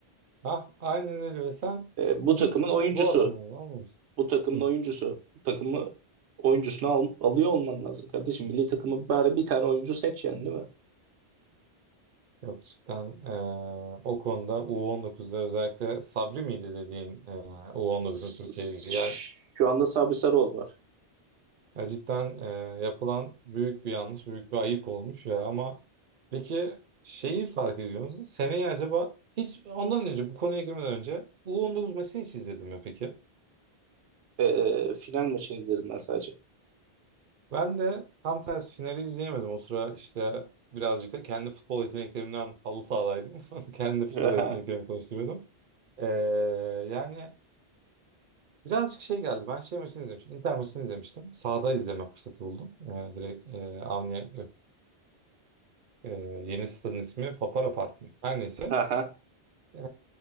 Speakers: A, on the right (about 55°); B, on the right (about 80°).
A: ha aynen öyle ve sen
B: E, bu
A: gidip
B: takımın oyuncusu,
A: bu bu adamı anlamışsın.
B: bu takımın
A: Hı,
B: oyuncusu, bu takımı oyuncusunu al- alıyor olman lazım kardeşim. Milli takımı bari bir tane oyuncu seç yani değil mi?
A: Yok cidden eee, o konuda U19'da özellikle Sabri miydi dediğin eee U19'un
B: S-
A: Türkiye'ye
B: s- Şu anda Sabri Sarıoğlu var.
A: Ya cidden e, yapılan büyük bir yanlış, büyük bir ayıp olmuş ya. Ama peki şeyi fark ediyor musun? Seneyi acaba hiç ondan önce bu konuya girmeden önce U19 maçını hiç izledim mi peki?
B: E, final maçını izledim ben sadece.
A: Ben de tam tersi finali izleyemedim. O sıra işte birazcık da kendi futbol yeteneklerimden halı sahadaydım. <laughs> Kendi futbol
B: Aha,
A: yeteneklerimi konuşturuyordum. Ee, yani birazcık şey geldi. Ben şey maçını izlemiştim. Inter maçını izlemiştim. Sahada izleme fırsatı buldum. Ee, direkt e, Avni yok. Ee, yeni stadın ismi Papara Park mı? Her neyse.
B: aha,
A: Ee,